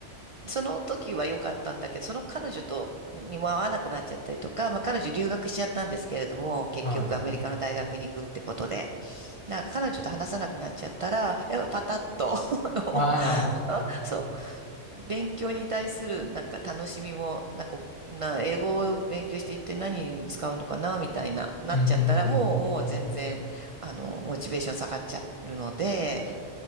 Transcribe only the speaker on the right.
その時は良かったんだけど、その彼女とにも会わなくなっちゃったりとか、まあ彼女留学しちゃったんですけれども、結局アメリカの大学に行くってことで、
だから彼女と話さなくなっちゃったら、やっぱパタッと、<laughs> あの、
あそう、勉強に対するなんか楽しみも、なんか、な、英語を勉強して一体何に使うのかな、みたいな、なっちゃったら、
もう、もう全然、あの、モチベーション下がっちゃうので、